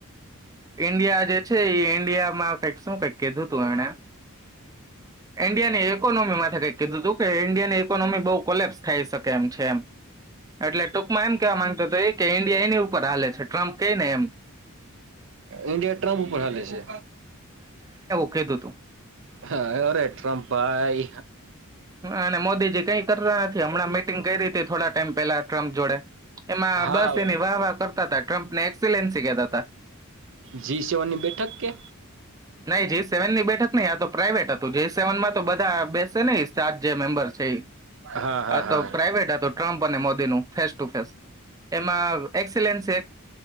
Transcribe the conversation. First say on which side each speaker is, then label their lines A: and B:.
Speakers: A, on the right; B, on the right.
A: ઈન્ડિયા જે છે એ ઈન્ડિયા. <inaudible> શું કઈ કીધું તું એણે ઈન્ડિયાની ઈકોનોમીમાં કઈ કીધું તું કે ઇન્ડિયાની ઇકોનોમી બઉુ કોલેપ્સ થાય શકે એમ છે એમ. એટલે ટૂંકમાં એમ કેવા માંગતો હતો એ કે ઇન્ડિયા એની ઉપર હાલે છે ટ્રમ્પ કહે ને એમ
B: ઇન્ડિયા ટ્રમ્પ ઉપર હાલે છે.
A: કધું તું.
B: હા એરે ટ્રમપાઈ.
A: અને મોદીજી કઈક. નથી હમણાં મિટિંગ કરી હતી થોડા ટાઈમ પહેલા. ટ્રમ્પ જોડે. એમાં
B: હા
A: બસ એને વાહ વાહ કરતા તા. ટ્રમ્પ ને એક્સલેન્સી કહેતા હતા.
B: જી સેવનની બેઠક કે
A: નહી જી સેવન ની બેઠક નહી આ તો પ્રાઇવેટ હતું જી સેવનમાં તો બધા બેસે નહીિ. સાત જે મેમ્બર છે
B: હા હા
A: તો
B: હા
A: પ્રાઇવેટ હતો ટ્રમ્પ અને મોદી. ન ફે. એમાંલેન્લેન્.